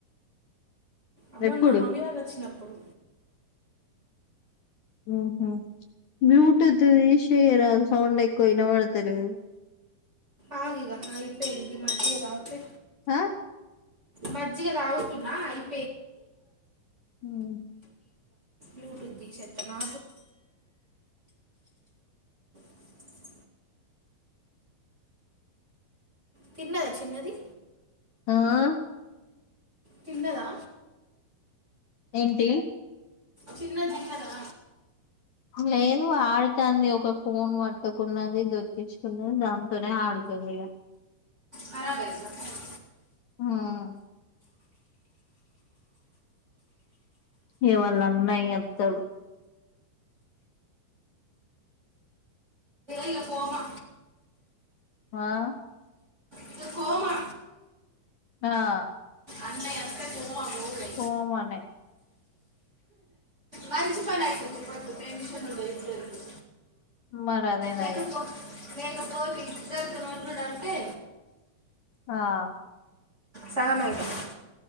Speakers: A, on the right; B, on the left.
A: ఆహ్ మొన్న
B: ఎప్పుడు
A: మమ్మీ వాళ్ళు వచ్చినప్పుడు.
B: ఉమ్మ్. బ్లూటూత్ తీషేయరాదు సౌండ్ ఎక్కువ ఇనవాడ్తా లేదు.
A: ఆగిగా అది ఇపై ఈ మజ్జిగ తాగితే.
B: ఆహ్.
A: మజ్జిగా దాగుతున్న ఐప్.
B: ఉమ్.
A: యూట్యూబ్ తీసేస్తున్న <unintelligible> తిన్నదా చిన్నది.
B: ఆహ్.
A: తిన్నదా.
B: ఏంది.
A: చిన్నది తిన్నదా.
B: లేదు ఆడతంది ఒక ఫోన్ పట్టుకున్నది దొరికించుకున్నది దాంతోనే ఆడు. తుంది ఇగ.
A: కరాబ్ అయిందా ఫోను.
B: ఆహ్. ఇగా వల్ల అన్నయ్య అత్తడు.
A: ఇగ ఫోమా.
B: ఆహ్.
A: ఇక కోమా
B: ఆహ్.
A: అన్నయ్య వస్తే కోమా పోలే
B: పోమనే.
A: మంచి పని అవుతుంది ఇప్పుడు టెన్షన్ ఉండదు ఇప్పుడు
B: మరి అదే
A: లేకపో
B: నయం.
A: లేకపోతే ఇద్దరు నోట్లు అంటే
B: ఆహ్.
A: సగం అయిపోయినయ్.